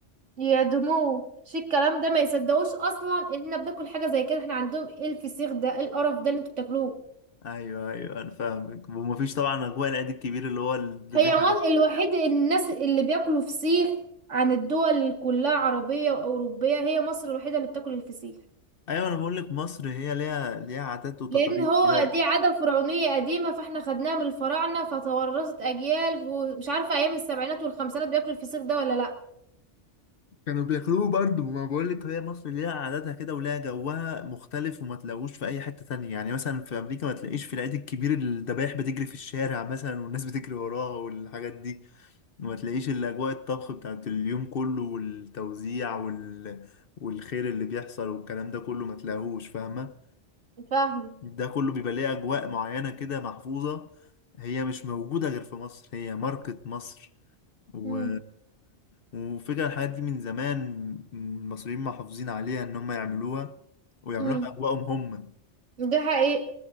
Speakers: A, on the right; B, on the left.
A: يعدموه مش الكلام ده ما يصدقوش أصلا إن احنا بناكل حاجة زي كده احنا عندهم ايه الفسيخ ده ايه القرف ده اللي انتوا بتاكلوه
B: ايوه ايوه انا فاهمك ومفيش طبعا اجواء العيد الكبير اللي هو الذبيحه
A: هي مصر
B: ده.
A: الوحيدة الناس اللي بياكلوا فسيخ عن الدول كلها عربية وأوروبية هي مصر الوحيدة اللي بتاكل الفسيخ
B: ايوه انا بقول لك مصر هي ليها ليها عادات وتقاليد
A: لأن هو
B: كده
A: دي عادة فرعونية قديمة فاحنا خدناها من الفراعنة فتورثت أجيال ومش عارفة أيام السبعينات والخمسينات بياكلوا الفسيخ ده ولا لأ
B: كانوا بياكلوه برضه ما بقول لك هي مصر ليها عاداتها كده وليها جوها مختلف وما تلاقوش في اي حته تانية يعني مثلا في امريكا ما تلاقيش في العيد الكبير الذبايح بتجري في الشارع مثلا والناس بتجري وراها والحاجات دي وما تلاقيش الاجواء الطبخ بتاعت اليوم كله والتوزيع وال والخير اللي بيحصل والكلام ده كله ما تلاقوهوش فاهمه
A: فاهمة
B: ده كله بيبقى ليه أجواء معينة كده محفوظة هي مش موجودة غير في مصر هي ماركة مصر و...
A: امم
B: وفكرة الحاجات دي من زمان المصريين محافظين عليها إن هم يعملوها ويعملوها
A: امم
B: بأجواءهم هم
A: ده حقيقي